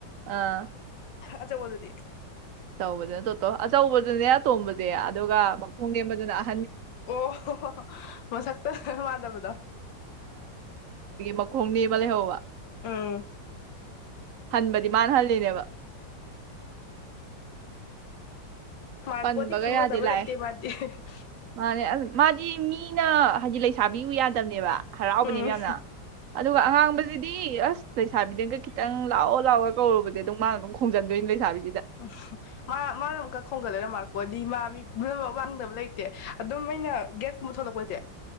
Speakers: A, on the right (about 65°); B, on the left (about 80°).
A: ꯑꯥ
B: ꯑꯆꯧꯕ ꯗꯨꯗꯤ
A: ꯑꯆꯧꯕꯗꯨꯅ ꯇꯣꯇꯣ ꯑꯆꯧꯕꯗꯨꯅꯦ ꯑꯇꯣꯝꯕꯗꯤ ꯑꯗꯨꯒ ꯃꯈꯣꯡ ꯅꯦꯝꯕꯗꯨꯅ ꯑꯍ
B: ꯑꯣ ꯍꯣ ꯍꯣ ꯃꯁꯛꯇ ꯃꯥꯟꯗꯕꯗꯣ
A: ꯃꯈꯣꯡꯅꯦꯝꯃ ꯂꯩꯍꯧꯕ
B: ꯑꯨꯝ
A: ꯍꯟꯕꯗꯤ ꯃꯥꯅ ꯍꯜꯂꯤꯅꯦꯕ
B: ꯃꯥꯔꯀꯣꯗꯤ
A: ꯄꯟꯕꯒ
B: ꯈꯪꯅꯗꯕ
A: ꯌꯥꯗꯦ ꯂꯥꯛꯑꯦ
B: ꯂꯩꯇꯦ ꯃꯥꯗꯤ ꯍꯤ ꯍꯤ
A: ꯃꯥꯅꯦ ꯑꯁ ꯃꯥꯗꯤ ꯃꯤꯅ ꯍꯥꯏꯗꯤ ꯂꯩꯁꯥꯕꯤ ꯎꯨ ꯌꯥꯗꯕꯅꯦꯕ ꯍꯔꯥꯎꯕꯅꯦꯕ
B: ꯎꯝ
A: ꯌꯥꯝꯅ ꯑꯗꯨꯒ ꯑꯉꯥꯡꯕꯖꯦ ꯑꯗꯨꯗꯤ ꯑꯁ ꯂꯩꯁꯕꯤꯗꯒ ꯆꯪ ꯂꯥꯛꯑꯣ ꯂꯥꯛꯑꯣ ꯀꯧꯔꯨꯕꯁꯦ ꯑꯗꯨ ꯃꯥꯅ ꯑꯗꯨꯝ ꯈꯣꯡꯖꯟꯗꯣꯏꯅꯤ ꯂꯩꯁꯥꯕꯤ
B: ꯎꯝ ꯃꯥ ꯃꯥꯅ ꯑꯃꯨꯛꯀ ꯈꯣꯡꯒꯜꯂꯒ ꯃꯥꯔ ꯀꯣꯗꯤ ꯃꯥ ꯃꯤ ꯄꯨꯝꯅꯃꯛ ꯋꯥꯡꯗꯕ ꯂꯩꯇꯦ ꯑꯗꯨꯝ ꯑꯩꯅ ꯒꯦꯁꯀꯨꯝꯕ ꯊꯣꯛꯂꯛꯄꯁꯦ